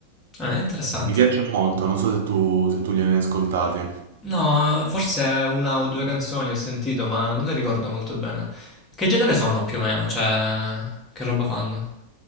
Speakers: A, on the left; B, on the right.
A: Ah, è interessante.
B: Mi piacciono molto, non so se tu, se tu li hai mai ascoltati.
A: No, forse una o due canzoni ho sentito, ma non le ricordo molto bene. Che genere sono più o meno? Cioè, che roba fanno?